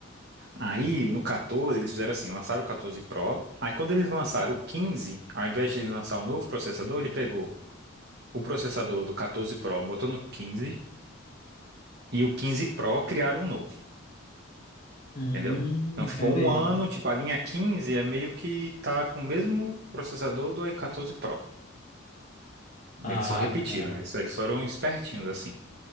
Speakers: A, on the right; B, on the left.
A: Aí, no 14, eles fizeram assim, lançaram o 14 Pro. Aí, quando eles lançaram o 15, ao invés de eles lançar um novo processador, ele pegou o processador do 14 Pro, botou no 15, e o 15 Pro criaram um novo,
B: Hum,
A: entendeu? Então,
B: entendi.
A: ficou um ano, tipo, a linha 15 é meio que tá com o mesmo processador do i14 Pro.
B: Ah,
A: Eles só repetiram,
B: cara.
A: eles, eles foram espertinhos assim.